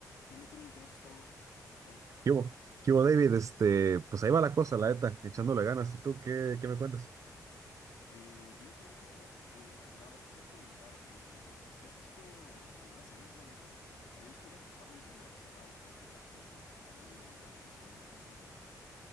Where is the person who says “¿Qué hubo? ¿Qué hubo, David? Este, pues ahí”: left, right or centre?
Right